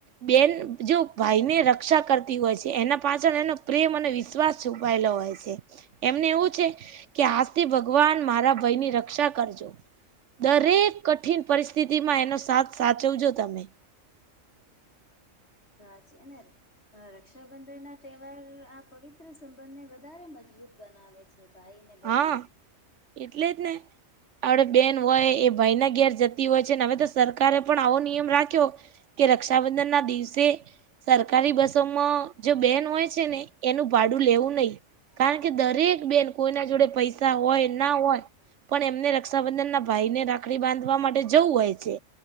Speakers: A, on the right; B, on the left.
A: બેન જો ભાઈને રક્ષા કરતી હોય છે, એના પાછળ એનો પ્રેમ અને વિશ્વાસ. છુપાયલો હોય છે. એમને એવું છે કે આજથી ભગવાન મારા ભયની રક્ષા કરજો. દરેક કઠિન પરિસ્થિતિમાં એનો સાથ સાચવજો તમે.
B: સાચી એનેર. રક્ષાબંધનના તહેવાર આ પવિત્ર સંબંધને વધારે મજબૂત બનાવે છે. જે ભાઈ ને બેનના.
A: હા એટલે જ ને! આપડે બેન હોય એ ભાઈના ઘેર જતી હોય છે, ને હવે તો સરકારે પણ આવો નિયમ રાખ્યો. કે રક્ષાબંધનના દિવસે. સરકારી બસોમાં જો બેન હોય છે ને એનું ભાડું લેવું નય. કારણ કે દરેક બેન કોઈના જોડે પૈસા હોય. ના હોય. પણ એમને રક્ષાબંધનના ભાઈને રાખડી બાંધવા માટે જવું હોય છે.